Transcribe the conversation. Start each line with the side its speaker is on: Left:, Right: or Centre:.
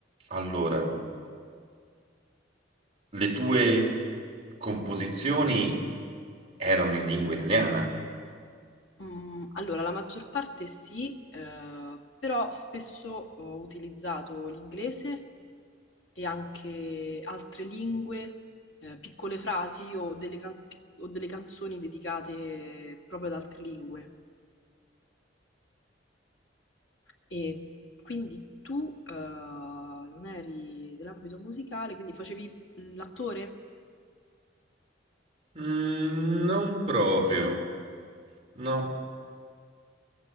Right: allora. le tue composizioni erano in lingua italiana?
Left: Mm, Allora, la maggior parte sì, eh, però spesso ho utilizzato l'inglese e anche altre lingue, eh, piccole frasi o delle, can- pic- o delle canzoni dedicate proprio ad altre lingue. E quindi tu, eh, non eri dell'ambito musicale, quindi facevi l'attore?
Right: Mm, non proprio, no,